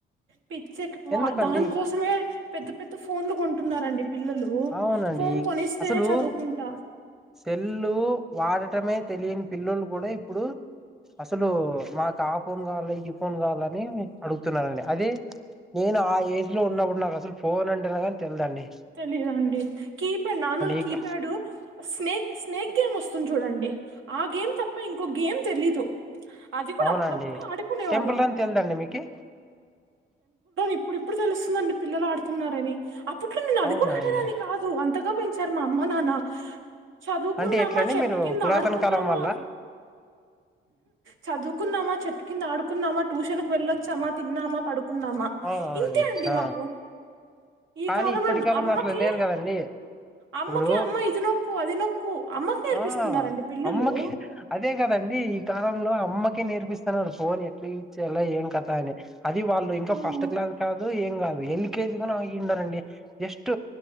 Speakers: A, on the right (about 80°); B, in the centre.
A: పిచ్చెక్కిపో
B: ఎందుకండి
A: దానికోసమే పెద్ద పెద్ద ఫోన్లు కొంటున్నారండి పిల్లలు
B: అవునండి
A: ఫోన్ కొనిస్తేనే
B: అసలు
A: చదువుకుంటా
B: సెల్లు వాడటమే తెలియని పిల్లోలు కూడా ప్పుడు అసలు మాకు ఆ ఫోన్ కావాలి ఈ ఫోన్ కావాలని అడుగుతున్నారండి నేను ఆ ఏజ్ లో ఉన్నపుడు నాకు అసలు ఫోన్ అంటే కాని తెల్దండి.
A: తెలియదండి కీ ప్యాడ్ నాన్నలు
B: ఇక
A: కీ ప్యాడ్ స్నేక్ స్నేక్ ఏంస్తుంది చూడండి. ఆ గేమ్ తప్ప ఇంకో గేమ్ తెలీదు అది కూడా
B: అవునండి
A: అప్పుడప్పుడు ఆడుకునే
B: టెంపుల్
A: వాళ్ళం
B: రన్ తెలదండి మీకి
A: ఇప్పుడుప్పుడు తెలుసు దండి పిల్లలు ఆడుతున్నారని అప్పుడ్ నేను అది
B: అవునండి
A: కూడా అడేదాన్ని కాదు అంతగా పెంచారు. మా అమ్మ నాన్న చదువుకున్నామా
B: అంటే ఎట్లండి
A: చెట్టు
B: మీరు
A: కింద
B: పురాతన
A: ఆడుకున్నామా
B: కాలం వాళ్ళ
A: చదువుకున్నామా చెట్టు కింద ఆడుకున్నామా ట్యూషన్ కు వెళ్ళొచ్చామా తిన్నామా పడుకు కున్నామా
B: అవునవునండి
A: ఇంతే అండి
B: ఆ
A: మాకు ఈ
B: కానీ ఇప్పటి కాలంలో
A: అమ్మకే
B: అట్లా లేరు కదండి
A: అమ్మకి
B: ఇప్పుడు
A: అమ్మ ఇది నొక్కు అది నొక్కు అమ్మకి నేర్పిస్తున్నారండి
B: ఆ
A: పిల్లలు
B: అమ్మకి అదే కదండి ఈ కాలంలో అమ్మకి కే నేర్పిస్తున్నారు ఫోన్ ఎట్ల యూస్ చేయాలా ఏం కతా అని అది వాళ్ళు ఇంకా
A: హ్మ్
B: ఫస్ట్ క్లాస్ కాదు ఏం కాదు యెళ్ళి కేజీ గున ఆయి అయి ఉండరండి జస్ట్